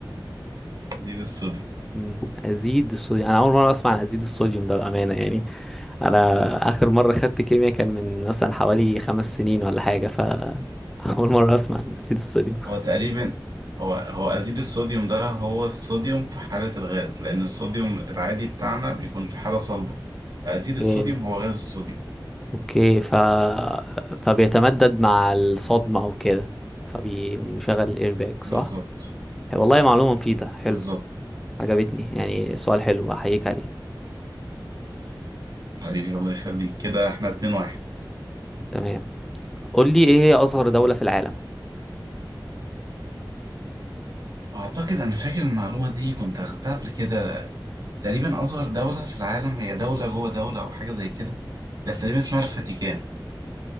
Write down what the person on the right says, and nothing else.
أزيد الصوديوم
هو تقريبا هو هو أزيد الصوديوم ده هو الصوديوم في حالة الغاز لأن الصوديوم العادي بتاعنا بيكون في حالة صلبة فأزيد الصوديوم
هو غاز الصوديوم
بالظبط
بالظبط
حبيبي الله يخليك كده احنا اتنين واحد
أعتقد أنا فاكر المعلومة دي كنت أخدتها قبل كده تقريبا أصغر دولة في العالم هي دولة جوه دولة أو حاجة زي كده بس تقريبا اسمها الفاتيكان